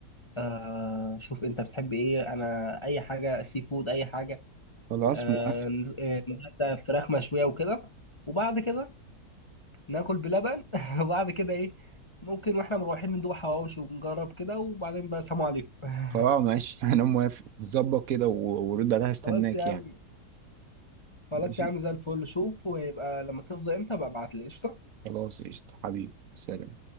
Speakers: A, on the left; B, on the right.
A: آه شوف انت بتحب ايه انا اي حاجه سي فود اي حاجه
B: خلاص
A: آه
B: موافق
A: ن- آه، نتغدى فراخ مشويه وكده وبعد كده ناكل بلبن <laughs> وبعد كده ايه ممكن واحنا مروحين ندوق حواوشي ونجرب كده وبعدين بقى سلام عليكم <laughs>
B: خلاص ماشي <laughs> انا موافق ظبط كده و- ورد عليها استناك
A: خلاص يا عم
B: يعني
A: خلاص
B: ماشي
A: يا عم زي الفل شوف ويبقى لما تفضى امتى بقى ابعت لي قشطة
B: خلاص قشطة حبيبي سلام